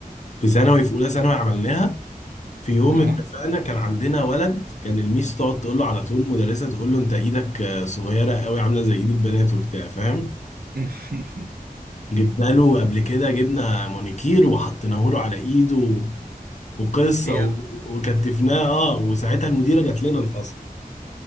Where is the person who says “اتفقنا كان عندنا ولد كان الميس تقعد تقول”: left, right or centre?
Left